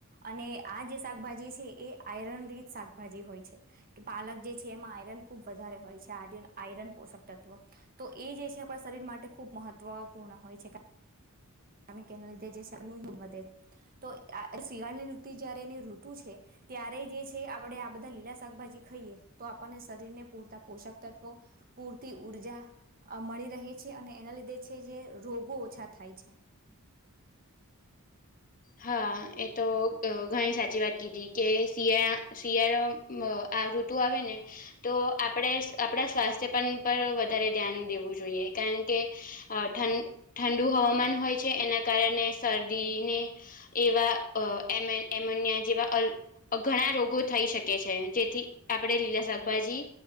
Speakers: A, on the right; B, on the left.
A: અને આ જે શાકભાજી છે, એ આયરન રીત શાકભાજી હોય છે. કે પાલક જે છે, એમાં આયરન ખુબ વધારે હોય છે, આય આયરન પોષક તત્વ. તો એ જે છે આપણા શરીર માટે ખૂબ મહત્વપૂર્ણ હોય છે, કા રણ કે, એને લીધે જે છે, આપનું હિંમ વધે, તો આ શિયાળની ઋ જયારે એની ઋતુ છે. ત્યારે જે છે, આપણે આ બધા લીલા શાકભાજી ખાઈએ, તો આપણને શરીર ને પૂરતા પોષક તત્વો પૂરતી ઊર્જા, અ મળી રહે છે, અને એના લીધે છે જે, રોગો ઓછા થાય છે.
B: હા એ તો અ ઘણી સાચી વાત કીધી, કે શિયાળ શિયાળો મ આ ઋતુ આવે ને તો આપડે આપડા સ્વાસ્થ્ય પણ પર વધારે ધ્યાન દેવું જોઈએ, કારણ કે અ ઠન ઠંડુ હવામાન હોય છે, એના કારણે શરદીને એવા અ એમેન એમોનિયા જેવા અલ અ ઘણા રોગો થઈ શકે છે, જેથી આપડે લીલા શાકભાજી